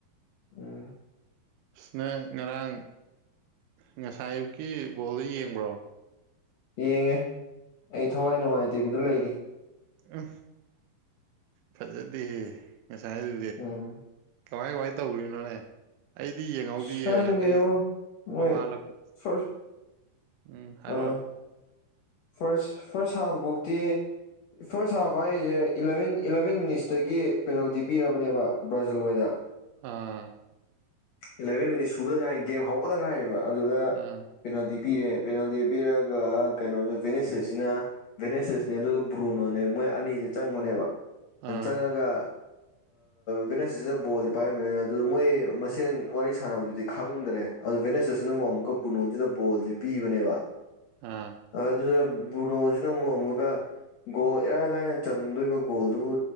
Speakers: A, on the left; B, on the right.
A: ꯎꯝ
B: ꯁꯤꯅ ꯉꯔꯥꯡ ꯉꯁꯥꯏ ꯑꯌꯨꯛꯀꯤ ꯕꯣꯜꯗꯣ ꯌꯦꯡꯕ꯭ꯔꯣ
A: ꯌꯦꯡꯉꯦ ꯑꯩ ꯊꯋꯥꯏ ꯅꯨꯡꯉꯥꯏꯇꯦꯕꯤꯗ ꯂꯩꯔꯤ
B: ꯎ ꯐꯖꯗꯦꯍꯦ ꯉꯁꯥꯏ ꯑꯗꯨ
A: ꯎꯝ
B: ꯀꯃꯥꯏ ꯀꯃꯥꯏꯅ ꯇꯧꯈ꯭ꯔꯤꯅꯣꯅꯦ ꯑꯩꯗꯤ ꯌꯦꯡꯍꯧꯗꯌꯦ
A: ꯑꯁ ꯈꯪꯗꯦꯕꯣ
B: ꯑꯩ
A: ꯃꯣꯏ
B: ꯅꯣꯡꯉꯥꯜꯂꯛꯄ
A: ꯐꯥꯔꯁ
B: ꯎꯝ ꯍꯥꯏꯔꯣꯔ
A: ꯑꯥ ꯐꯥꯔꯁ ꯐꯥꯔꯁ ꯍꯥꯐꯐꯧꯇꯤ ꯐꯥꯔꯁ ꯍꯥꯐ ꯍꯥꯏꯔꯤꯁꯦꯂꯚꯦꯟ ꯏꯂꯚꯦꯟ ꯃꯤꯅꯤꯠꯁꯇꯒꯤ ꯄꯦꯅꯥꯜꯇꯤ ꯄꯤꯔꯕꯅꯦꯕ ꯕ꯭ꯔꯥꯖꯤꯜ ꯍꯣꯏꯗ
B: ꯑꯥ
A: ꯑꯦꯂꯚꯦꯟ ꯃꯤꯅꯤꯠ ꯁꯨꯕꯗ ꯉꯥꯏ ꯒꯦꯝ ꯍꯧꯕꯗ ꯉꯥꯏꯌꯦꯕ ꯑꯗꯨꯗ
B: ꯑꯥ
A: ꯄꯦꯅꯥꯜꯇꯤ ꯄꯤꯔꯦ ꯄꯦꯅꯥꯜꯇꯤ ꯄꯤꯔꯒ ꯀꯩꯅꯣꯁꯦ ꯚꯦꯅꯦꯁꯦꯁꯁꯤꯅ ꯚꯦꯅꯦꯁꯦꯁꯅꯦ ꯑꯗꯨꯒ ꯕ꯭ꯔꯨꯅꯣꯅꯦ ꯃꯣꯏ ꯑꯅꯤꯁꯦ ꯆꯪꯉꯨꯅꯦꯕ ꯅ
B: ꯑꯥ
A: ꯆꯪꯉꯒ ꯚꯦꯅꯦꯁ ꯁꯤꯖꯗ ꯕꯣꯜꯗꯤ ꯄꯥꯏꯔꯝꯃꯦ ꯑꯗꯨ ꯃꯣꯏ ꯃꯁꯦꯟ ꯋꯥꯔꯤ ꯁꯥꯟꯅꯕꯗꯨꯗꯤ ꯈꯪꯗ꯭ꯔꯦ ꯑꯗꯨꯗꯣ ꯚꯦꯅꯦꯁꯇꯁꯟ ꯑꯃꯨꯛ ꯑꯃꯨꯛꯀ ꯕꯨꯅꯣꯟꯁꯤꯗ ꯕꯣꯜꯗꯤ ꯄꯤꯕꯅꯦꯕ
B: ꯑꯥ
A: ꯑꯗꯨꯗ ꯕꯅꯣꯁꯤꯅ ꯑꯃꯨꯛ ꯑꯃꯒ ꯒꯣꯜ ꯏꯔꯥꯏ ꯂꯥꯏꯅ ꯆꯟꯗꯣꯏꯕ ꯒꯣꯜꯗꯨꯕꯨ